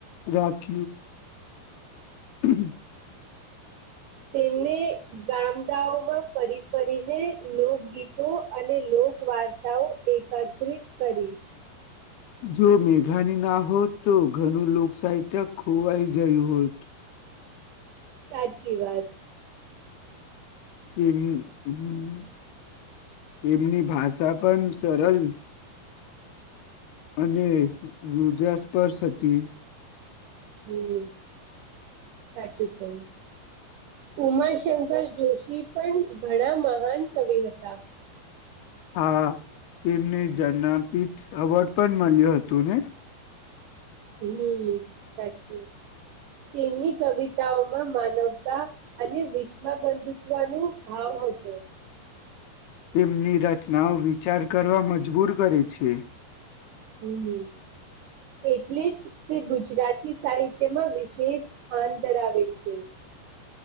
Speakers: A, on the left; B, on the right.
A: જ ખ <unintelligible>
B: તેમને ગામડાાઓમાં ફરી ફરીને લોકગીતો અને લો લોક વાર્તાઓ એકત્રિત કરી.
A: જો મેઘાની ના હોત તો ઘનું લોકસાહિત્ય ખોવાઈ ગયું હોત.
B: સાચી વાત.
A: કે હમ હમ. તેમની ભાષા પણ સરળ. અને હૃધાસ્પર્શ હતી.
B: હમ, સાચું કહ્યું. ઉમાશંકર જોશી પણ ઘણા મહાન કવિ હતા.
A: <inaudible> હા, તેમને જના પીચ એવોર્ડ પણ મળ્યો હતો ને?
B: હમ સાચી. તેમની કવિતાઓમાં માનવતા અને વિશ્વ બંધુત્વ ન ભાવ હો તો.
A: <inaudible> તેમની રચનાઓ વિ વિચાર કરવા મજબૂર કરે છે.
B: હમ એટલે જ તે ગુજરાતી સાહિત્યમાં વિશેષ સ્થાન ધરાવે છે.